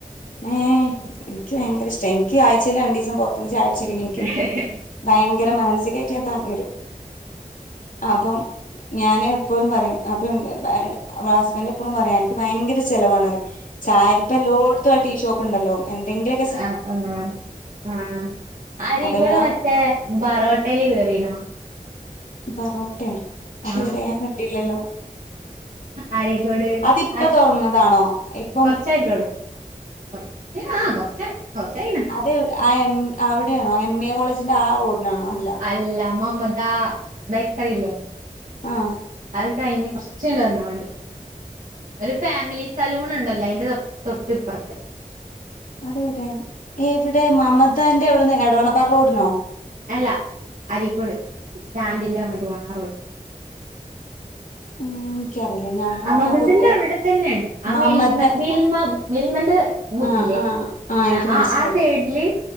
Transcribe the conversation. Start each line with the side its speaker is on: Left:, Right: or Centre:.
Left: ഏഹ് ഇന്ക്കി ഭയങ്കര ഇഷ്ടാ ഇന്ക്കി ആഴ്ചേല് രണ്ടീസം പൊറത്ത്ന്ന് ചായുട്ച്ചില്ലങ്കി ഇന്ക്കി
Right: ഇഷ്ടാണോ
Left: ഭയങ്കരം മാനസികായിട്ട് ഞാൻ തകരും ആഹ് അപ്പം ഞാന് എപ്പഴും പറിം അപ്പം മ് ബ ഈടെ വാ ഹസ്ബന്റെപ്പളും പറിയെ അന്ക്ക് ഭയങ്കര ചെലവാന്നറിം ചായ ഇപ്പ എല്ലോട്ത്തും ആ ടീഷോപ്പ്ണ്ടല്ലോ എന്തെങ്കിലെ
Right: ആഹ് ആഹ് ആഹ് അരീക്കോട്
Left: അപ്പൊ ഞാൻ
Right: മറ്റേ ബാറോട്ടല് കേറീണോ
Left: ബറോട്ടെ അതെവ്ടെ
Right: ആഹ്
Left: ഞാൻ കണ്ടില്ലല്ലോ
Right: അരീക്കോട്
Left: അതിപ്പ
Right: അയ്
Left: തുറന്നതാണോ ഇപ്പം
Right: കൊറ്ച്ചായിട്ടോള്ളൂ കൊറച്ച് ആഹ് കൊറച്ച് കൊറ്ച്ചായിണ്
Left: അത് എവ് ആ എം അവിടെയാണോ എം എ കോളേജ്ൻ്റെ ആ റോഡ്നാണോ അല്ലാ
Right: അല്ല മമതാ ബേക്കറിയില്ലേ
Left: ആഹ്
Right: അത് കഴിഞ്ഞ് കൊറച്ച്ന്ന്ട്ട് വന്നാ മതി ഒരു ഫാമിലി സലൂണ് ഇണ്ടല്ലോ അയിന്റെ തൊ തൊട്ട് ഇപ്പറ്ത്ത്
Left: അത് എവിടെ എവിടെ മമതന്റെ എവിട്ന്ന് എടവണ്ണപ്പാറ റോഡ്നോ
Right: അല്ല അരീക്കോട് സ്റ്റാന്റ്ന്റെ അങ്ങട്ട് പോണ ആ റോഡ്
Left: ഉം എനിക്കറിയില്ല ഞങ്ങള്
Right: ആഹ്
Left: ഞാൻ
Right: <unintelligible>
Left: പൊതുവെ
Right: അവടെ തന്നെ ആഹ്
Left: മമത
Right: മിൽമ മിൽമാ മിൽമന്റെ മുത്ത്ല്ലേ
Left: ആഹ് ആഹ് എനിക്ക്
Right: ആഹ്
Left: മനസ്സിലായി
Right: ആഹ് ആഹ് സൈഡ്ല്